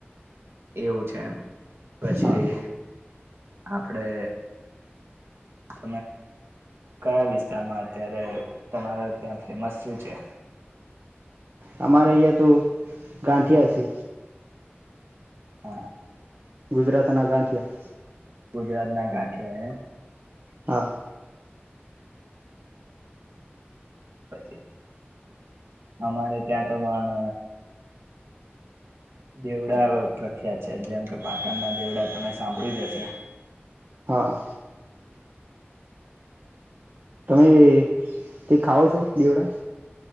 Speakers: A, on the right; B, on the right.
A: એવું છે એમ પછી.
B: હા
A: આપપડે. ત. કયા વિસ્તારમાં અત્યારે તમારે ત્યાં ફેમસ શું છે.
B: આમારે
A: હા
B: એયા તો ગંઠી છે.
A: હા.
B: ગુજરાતના ગાંધિયા.
A: ગુજરાત ના ગાંઠિયા એ.
B: હા.
A: પ અમારે ત્યાં તો પણ. દેવડા પ્રખ્યાત છે જેમ કે પાટણના દેવડા તમે સાંભળી જશે.
B: હા. તમે તે ખઓ છો દેવડા.